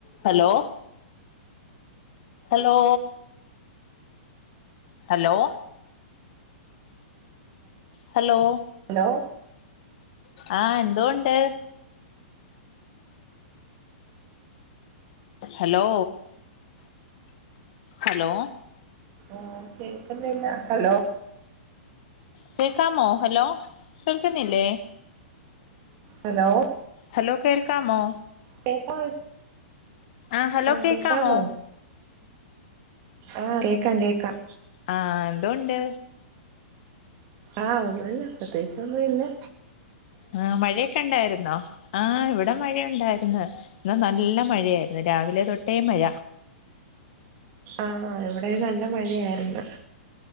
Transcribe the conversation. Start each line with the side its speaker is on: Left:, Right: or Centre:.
Left: Hello hello hello hello
Right: hello
Left: ആഹ് എന്തോണ്ട് hello hello
Right: ആഹ് കേൾക്കുന്നില്ല ഹലോ
Left: കേക്കാമോ ഹലോ കേൾക്കുന്നില്ലേ
Right: ഹലോ
Left: ഹലോ കേൾക്കാമോ
Right: കേപ്പോ
Left: ആഹ് ഹലോ
Right: ആക്കെക്കമോ
Left: കേക്കാമോ
Right: ആഹ് കേക്കാം കേക്കാം
Left: ആഹ് എന്തൊണ്ട്
Right: ആഹ് പ്രത്യേകിച്ചമ്മ ഇല്ലേ
Left: ആഹ് മഴയൊക്കെ ഉണ്ടായിരുന്നോ ആഹ് ഇവിടെ മഴയുണ്ടായിന്ന് ഇാ നല്ല മഴയായിരുന്നു രാവിലെ തൊട്ടേ മഴ
Right: ആഹ് ഇവിടെ നല്ല മഴയായിരുന്നു